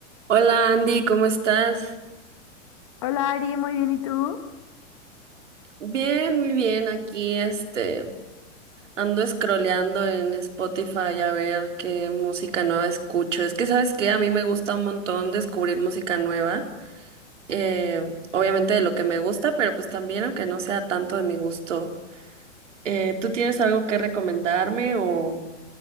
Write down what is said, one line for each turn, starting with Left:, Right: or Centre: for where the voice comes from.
Right: Hola Andy, ¿cómo estás?
Left: Hola Ari, muy bien, ¿y tú?
Right: Bien, muy bien. Aquí este ando scrolleando en Spotify a ver qué música nueva escucho. Es que sabes que a mí me gusta un montón descubrir música nueva. eh, obviamente de lo que me gusta, pero pues también aunque no sea tanto de mi gusto. Eh, ¿tú tienes algo que recomendarme o,